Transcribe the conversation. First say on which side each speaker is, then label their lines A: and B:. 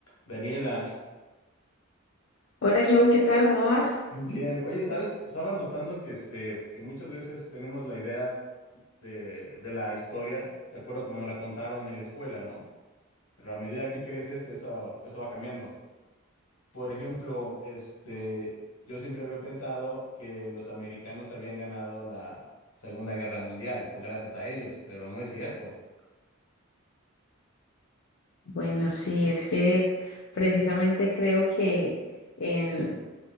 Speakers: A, on the left; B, on the left.
A: Daniela,
B: Hola Joe, ¿qué tal? ¿Cómo vas?
A: bien. Oye, ¿sabes? Estaba notando que, este, que muchas veces tenemos la idea de, de la historia, de acuerdo como nos la contaron en la escuela, ¿no? Pero a medida que creces, eso, eso va cambiando. Por ejemplo, este, yo siempre había pensado que los americanos habían ganado la Segunda Guerra Mundial, o gracias a ellos, pero no es cierto.
B: Bueno, sí, es que precisamente creo que en,